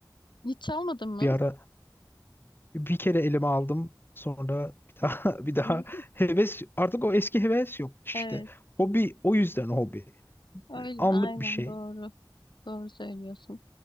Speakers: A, on the left; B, on the left.
A: hiç çalmadın mı?
B: Bir ara bir kere elime aldım. Sonra bir daha <laughs> bir daha
A: <laughs>
B: heves artık o eski heves yok işte.
A: Evet,
B: Hobi o yüzden hobi.
A: öyle
B: Anlık
A: aynen
B: bir şey.
A: doğru. Doğru söylüyorsun.